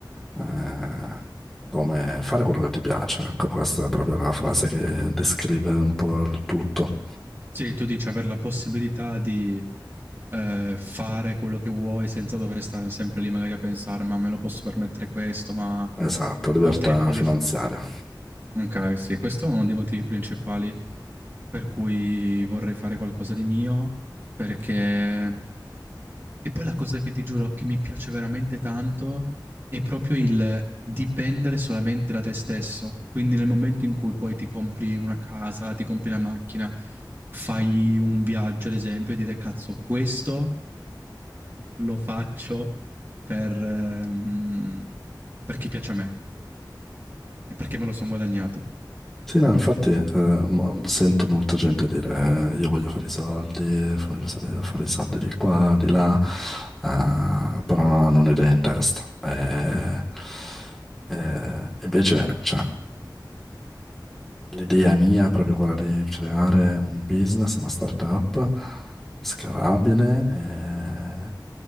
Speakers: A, in the centre; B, on the right.
A: eh, come fare quello che ti piace. Ecco, questa è proprio la frase che descrive un po' il tutto.
B: sì, tu dici avere la possibilità di eh, fare quello che vuoi senza dover stare sempre lì magari a pensare, ma me lo posso permettere questo, ma
A: Esatto, libertà
B: ho tempo di
A: finanziaria.
B: fare... Ok, sì, questo è uno dei motivi principali per cui vorrei fare qualcosa di mio, perché... E poi la cosa che ti giuro che mi piace veramente tanto è proprio il dipendere solamente da te stesso. Quindi nel momento in cui poi ti compri una casa, ti compri una macchina, fai un viaggio, ad esempio, e dire cazzo, questo lo faccio per, ehm, per chi piace a me e perché me lo sono guadagnato.
A: Sì, no, infatti eh, mo- sento molta gente dire eh, io voglio fare i soldi, voglio sa- fare i soldi di qua, di là, eh, però non hanno un'idea in testa. E- e invece, cioè, L'idea mia è proprio quella di creare un business, una startup scalabile e